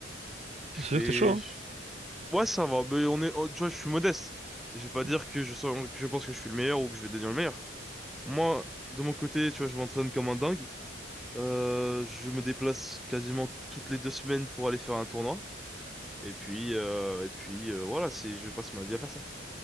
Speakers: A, in the centre; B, on the right (about 35°).
A: Je
B: ça
A: fais...
B: veut dire que t'es chaud, hein?
A: je- Ouais, ça va. Mais on est... on- Tu vois, je suis modeste. Je vais pas
B: De
A: dire que je sens... que je pense que je suis le meilleur ou que je vais devenir le meilleur. Moi, de mon côté, tu vois, je m'entraîne comme un dingue. Euh, je me déplace quasiment toutes les deux semaines pour aller faire un tournoi. Et puis, euh, et puis euh, voilà, c'est... je passe ma vie à faire ça.